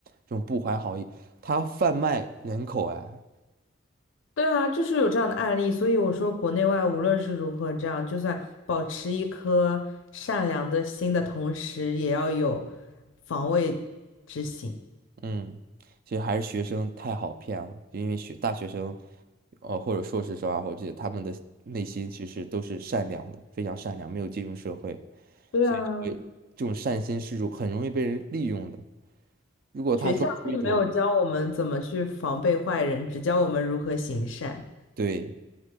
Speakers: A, on the right; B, on the left.
A: 这种不怀好意，他贩卖人口哎，
B: 对啊，就是有这样的案例，所以我说国内外无论是如何这样，就算保持一颗善良的心的同时，也要有防卫之心。
A: 嗯，其实还是学生太好骗了，因为学大学生，呃，或者硕士生啊，或者这些他们的内心其实都是善良的，非常善良，没有进入社会，
B: 对啊，
A: 所以就会这种善心是容很容易被人利用的。如果他装出一种
B: 学校并没有教我们怎么去防备坏人，只教我们如何行善，
A: 对，